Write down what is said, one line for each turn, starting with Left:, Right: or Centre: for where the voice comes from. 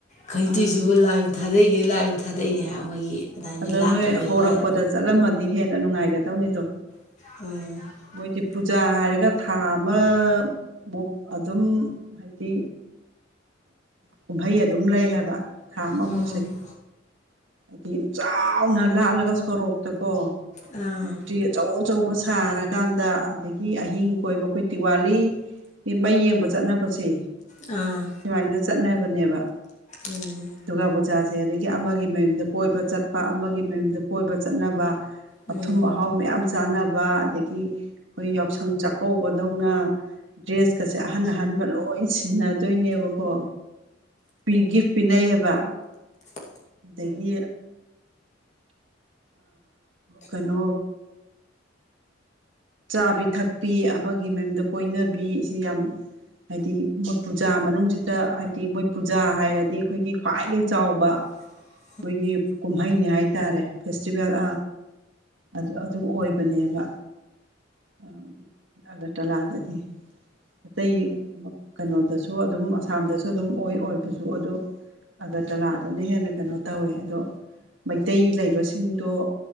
Left: ꯈꯩꯗꯣꯏꯁꯤꯕꯨ
Right: ꯎꯝ
Left: ꯂꯥꯏꯕꯨ ꯊꯥꯗꯩꯅꯤ ꯂꯥꯏꯕ ꯊꯥꯗꯩꯅꯤ ꯍꯥꯏꯕ ꯃꯣꯏꯒꯤ ꯑꯗꯨꯃꯥꯏꯅ
Right: ꯑꯗꯣ
Left: ꯂꯥꯠꯄ
Right: ꯅꯣꯏ
Left: ꯂꯣꯏꯔꯒ
Right: ꯍꯧꯔꯛꯄꯗ ꯆꯠꯂꯝꯃꯗꯤ ꯍꯦꯟꯅ ꯅꯨꯡꯉꯥꯏꯒꯗꯧꯅꯤꯗꯣ
Left: ꯎ
Right: ꯃꯣꯏꯗꯤ ꯄꯨꯖꯥ ꯍꯥꯏꯔꯒ ꯊꯥ ꯑꯃꯃꯨꯛ ꯑꯗꯨꯝ ꯍꯥꯏꯗꯤ ꯀꯨꯝꯍꯩ ꯑꯗꯨꯝ ꯂꯩ ꯍꯥꯏꯕ ꯈꯥ ꯑꯃꯃꯨꯛꯁꯦ
Left: ꯎꯝ
Right: ꯍꯥꯏꯗꯤ ꯌꯥꯝ ꯆꯥꯎꯅ ꯂꯥꯜꯂꯒ ꯁꯣꯔꯣꯛꯇ ꯀꯣ
Left: ꯑꯥ
Right: ꯃꯨꯔꯇꯤ ꯑꯆꯧ ꯑꯆꯧꯕ ꯁꯥꯔꯀꯥꯟꯗ ꯑꯗꯒꯤ ꯑꯍꯤꯡ ꯀꯣꯏꯕ ꯑꯩꯈꯣꯏ ꯗꯤꯋꯥꯂꯤ ꯃꯩ ꯌꯦꯡꯕ ꯆꯠꯅꯕꯁꯦ
Left: ꯑꯥ
Right: ꯁꯨꯃꯥꯏꯅ ꯆꯠꯅꯕꯅꯦꯕ
Left: ꯎꯝ
Right: ꯗꯨꯔꯒꯥ ꯄꯨꯖꯥ ꯑ ꯑꯗꯒꯤ ꯑꯃꯒꯤ ꯃꯌꯨꯝꯗ ꯀꯣꯏꯕ ꯆꯠꯄ ꯑꯃꯒꯤ ꯃꯌꯨꯝꯗ ꯀꯣꯏꯕ ꯆꯠꯅꯕ
Left: ꯎꯝ
Right: ꯑꯊꯨꯝ ꯑꯍꯥꯎ ꯃꯌꯥꯝ ꯆꯥꯅꯕ ꯑꯗꯒꯤ ꯑꯩꯈꯣꯏ ꯌꯥꯎꯁꯪ ꯆꯥꯛꯀꯧꯕꯗꯧꯅ ꯗ꯭ꯔꯦꯁꯀꯁꯦ ꯑꯍꯟ ꯑꯍꯟꯕ ꯂꯣꯏ ꯁꯤꯟꯅꯗꯣꯏꯅꯦꯕꯀꯣ ꯄꯤ ꯒꯤꯐ ꯄꯤꯅꯩ ꯕ
Left: ꯎꯝ
Right: ꯑꯗꯒꯤ ꯀꯩꯅꯣ ꯆꯥ ꯄꯤ ꯊꯛ ꯇꯥꯛꯄꯤ ꯑꯃꯒꯤ ꯃꯌꯨꯝꯗ ꯀꯣꯏꯅꯕꯤ ꯁꯤ ꯌꯥꯝ ꯍꯥꯏꯗꯤ ꯃꯣꯏꯠ ꯄꯨꯖꯥ ꯃꯅꯨꯡꯁꯤꯗ ꯍꯥꯏꯗꯤ ꯃꯣꯏꯠ ꯄꯨꯖꯥ ꯍꯥꯏꯔꯗꯤ ꯑꯩꯈꯣꯏꯒꯤ ꯈ꯭ꯋꯥꯏꯗꯒꯤ ꯆꯥꯎꯕ
Left: ꯑꯗꯨ
Right: ꯑꯩꯈꯣꯏꯒꯤ ꯀꯨꯝꯍꯩꯅꯤ ꯍꯥꯏꯇꯥꯔꯦ ꯐ ꯐꯦꯁꯇꯤꯚꯦꯜ ꯑꯗꯨ ꯑꯗꯨ ꯑꯣꯏꯕꯅꯦꯕ ꯑ ꯑꯒ ꯇꯂꯥꯗꯗꯤ ꯑꯇꯩ ꯀꯩꯅꯣꯗꯁꯨ ꯑꯗꯨꯝ ꯑꯁꯥꯝꯗꯁꯨ ꯑꯗꯨꯝ ꯑꯣꯏ ꯑꯣꯏꯕꯁꯨ ꯑꯗꯨ ꯑꯒꯇꯂꯥꯗꯨꯅ ꯍꯦꯟꯅ ꯀꯩꯅꯣ ꯇꯧꯋꯦ ꯑꯗꯣ ꯃꯩꯇꯩ ꯁꯤꯡꯗꯣ